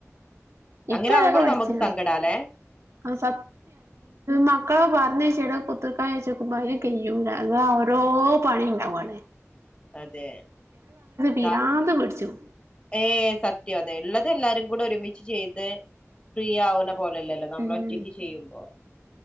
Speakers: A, on the left; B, on the right.
A: അങ്ങനെ
B: ഇപ്പ
A: ആവുമ്പോൾ
B: അതൊക്കെ പഠിച്ച്
A: നമുക്ക് സങ്കടാല്ലേ
B: ആഹ് സ മക്കളെ പറഞ്ഞയ്ച്ചിട് കുത്ത്ർക്ക ചൊയ്ചോക്കുമ്പൊ അയിന് കയ്യൂല്ല. അള്ളാ ഓരോ പണിണ്ട് അമ്മാണ്
A: അതെ.
B: പിരാന്ത്
A: ത്ത
B: പിടിച്ചും
A: ഏഹ് സത്യം അതെ ഇള്ളത് എല്ലാരും കൂടെ ഒരുമിച്ച് ചെയ്ത് ഫ്രീ ആവ്ണ പോലെല്ലല്ലൊ നമ്മ്ളൊറ്റക്ക്
B: ഉം
A: ചെയ്യുമ്പൊ